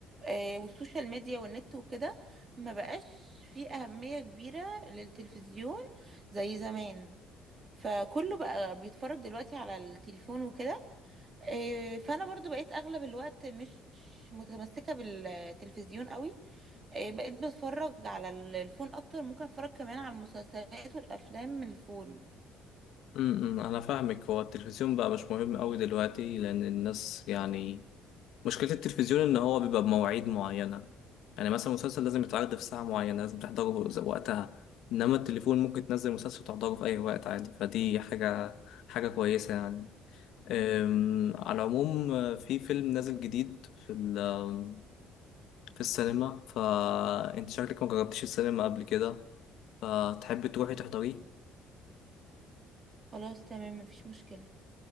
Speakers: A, on the right; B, on the left.
A: آه، والسوشيال ميديا والنت وكده ما بقاش في أهمية كبيرة للتلفزيون زي زمان فكله بقى بيتفرج دلوقتي على التليفون وكده إيه، فانا برضو بقيت اغلب الوقت مش متمسكة بالتلفزيون قوي إيه، بقيت بتفرج على ال- الفون اكتر ممكن اتفرج كمان على المسلسلات والافلام من الفون
B: امم انا فاهمك هو التلفزيون بقى مش مهم قوي دلوقتي لان الناس يعني مشكلة التلفزيون ان هو بيبقى بمواعيد معينة يعني مثلا مسلسل لازم يتعرض في ساعة معينة لازم تحضره ز- وقتها انما التليفون ممكن تنزل مسلسل تحضره في اي وقت عادي فدي حاجة حاجة كويسة يعني أم، على العموم آه، في فيلم نازل جديد في ال- آم، في السينما فانت شكلك ما جربتش السينما قبل كده فتحبي تروحي تحضريه
A: خلاص تمام مفيش مشكلة